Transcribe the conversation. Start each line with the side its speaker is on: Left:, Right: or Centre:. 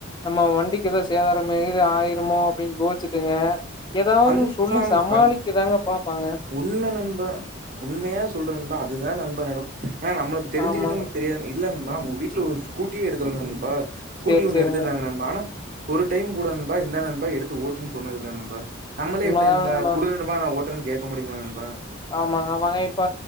Left: நம்ம வண்டிக்கு எதோ சேதாரம் இது ஆயிரமோ அப்டின்னு யோச்சுட்டுங்க எதாவது
Right: கன்ஃபார்ம்
Left: சொல்லி சமாளிக்கதாங்க
Right: கன்
Left: பாப்பாங்க
Right: உண்ம நண்பா உண்மைய சொல்லுற நண்பா அதுதா நண்பா நடக்கு ஏனா நம்மளுக் தெரிஞ்சிகிட்டு
Left: ஆமாங்க.
Right: தெரியாத இல்ல நண்பா அவுங்க வீட்ல ஒரு ஸ்கூட்டியே எடுத்தாலு நண்பா ஸ்கூட்டி
Left: சரி,
Right: ஒண்ணு
Left: சரிங்க.
Right: எடுத்திருந்தாங்க நண்பா ஆனா ஒரு டைம் கூட நண்பா இந்தா நண்பா எடுத்து ஓட்டுன் சொன்னதுல்ல நண்பா நம்பளே
Left: உண்மதாங்க
Right: எப்டி நண்பா
Left: உண்ம.
Right: குடு நண்பா நா ஓட்டறன் கேக்க முடியுமா நண்பா
Left: ஆமாங்க ஆமாங்க இப்ப